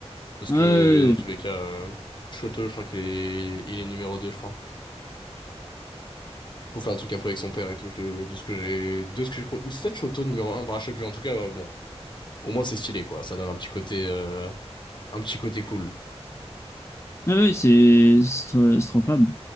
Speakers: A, on the left; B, on the left.
A: Parce
B: Ah
A: que
B: Ouais, ouais,
A: dans tous les
B: ouais.
A: cas, euh, Choto, je crois qu'il est, il est numéro 2 je crois. Pour faire un truc un peu avec son père et tout, de, de ce que j'ai. De ce que j'ai compris. Ou c'est peut-être Choto numéro un. bah je sais plus, en tout cas, euh, bon. Au moins, c'est stylé, quoi. Ça donne un petit côté. euh, un petit côté cool.
B: Ah ouais, c'est c'est trop c'est trop incroyable.